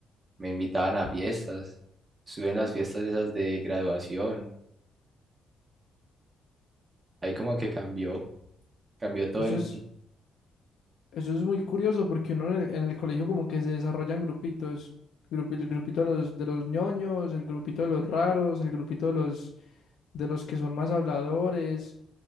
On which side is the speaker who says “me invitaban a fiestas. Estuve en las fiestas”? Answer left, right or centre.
Right